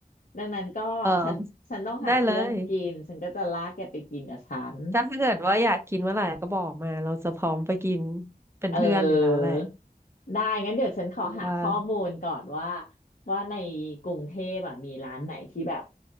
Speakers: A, on the left; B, on the right.
A: ดังนั้นก็ฉันฉันต้องหาเพื่อนกินฉันก็จะลากแกไปกินกับฉัน
B: เออได้เลยถ้าเกิดว่าอยากกินเมื่อไหร่ก็บอกมาเราจะพร้อมไปกินเป็นเพื่อนอยู่แล้วแหละ
A: เออได้งั้นเดี๋ยวฉันขอหาข้อมูลก่อนว่า
B: คิดว่า
A: ว่าในกรุงเทพแบบมีร้านไหนที่แบบ